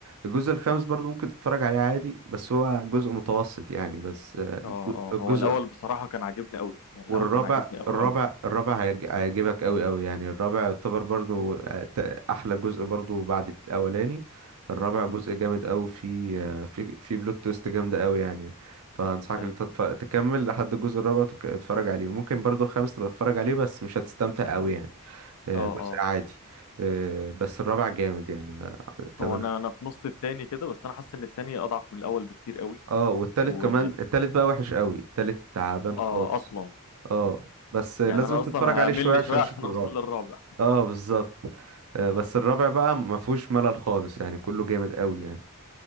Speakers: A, on the right (about 70°); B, on the left (about 80°).
A: الجزء الخامس برضه ممكن تتفرج عليه عادي بس هو جزء متوسط يعني بس آه،
B: اه
A: الج-
B: اه
A: الجزء
B: هو الاول بصراحه كان عاجبني قوي يعني
A: والرابع
B: الاول كان عاجبني قوي
A: الرابع
B: قوي
A: الرابع هيعج- هيعجبك قوي قوي يعني الرابع يعتبر برضو آه، ت- احلى جزء برضو بعد الاولاني الرابع
B: امم
A: جزء جامد قوي في آه، في في بلوت تويست جامده قوي يعني فانصحك
B: حلو
A: ان انت تتف- تكمل لحد الجزء الرابع وتك- تتفرج عليه وممكن برضو الخامس تبقى تتفرج عليه بس مش هتستمتع قوي يعني آه،
B: اه
A: جزء
B: اه
A: عادي آه، بس الرابع جامد يعني آه، اتمنى
B: هو انا انا في نص التاني كده بس انا حاسس ان التاني اضعف من الاول بكتير قوي
A: اه والتالت
B: و
A: كمان التالت بقى وحش قوي التالت تعبان
B: اه
A: خالص
B: اصلا
A: اه بس لازم
B: يعني انا
A: تتفرج
B: اصلا
A: عليه
B: همل
A: شويه عشان
B: شويه عشان
A: تشوف الرابع
B: اوصل للرابع
A: اه بالظبط آه،
B: اه
A: بس الرابع بقى ما فيهوش ملل خالص يعني كله جامد قوي يعني